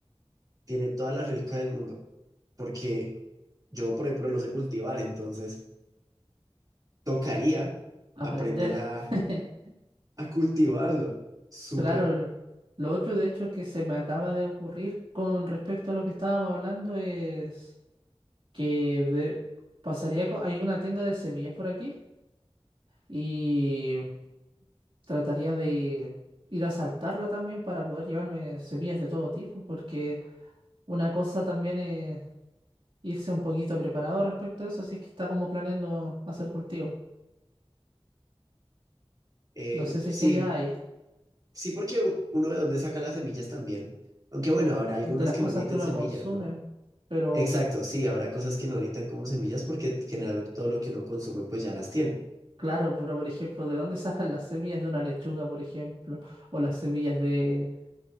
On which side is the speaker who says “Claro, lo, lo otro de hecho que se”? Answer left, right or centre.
Right